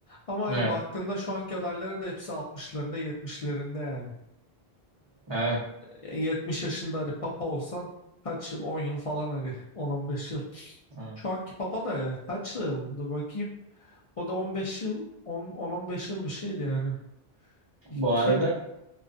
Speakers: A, on the left; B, on the right.
A: Ama hani
B: Evet,
A: baktığında şu anki adayları da hepsi altmışlarında, yetmişlerinde yani.
B: evet,
A: Ee, 70 yaşında hani papa olsan kaç yıl 10 yıl falan hani 10-15 yıl.
B: evet.
A: Şu anki papa da kaç yıldı bakayım. O da on beş yıl, 10 15 yıl bir şeydi yani. İki,
B: Bu arada